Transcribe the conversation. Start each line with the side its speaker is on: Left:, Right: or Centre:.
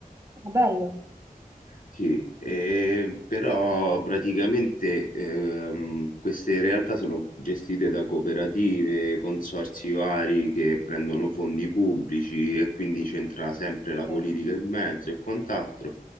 Right: Ah, Bello,
Left: Sì, eh, però praticamente ehm, queste realtà sono gestite da cooperative, consorzi vari che prendono fondi pubblici e quindi c'entra sempre la
Right: Eh,
Left: politica in mezzo e quant'altro.